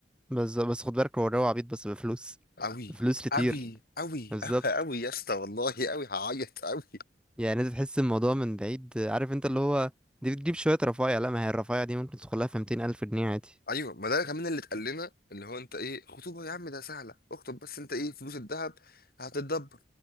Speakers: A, in the centre; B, on the left.
A: بس بس خد بالك هو جو عبيط بس بفلوس
B: قوي
A: بفلوس كتير
B: قوي قوي
A: بالظبط
B: قوي يا اسطى والله قوي هعيط قوي
A: يعني انت تحس الموضوع من بعيد عارف انت اللي هو دي بتجيب شوية رفايع لا ما هي الرفايع دي ممكن تدخلها في 200 ألف جنيه عادي
B: ايوه ما ده كمان اللي اتقال لنا اللي هو انت ايه خطوبه يا عم ده سهله اكتب بس انت ايه فلوس الذهب هتتدبر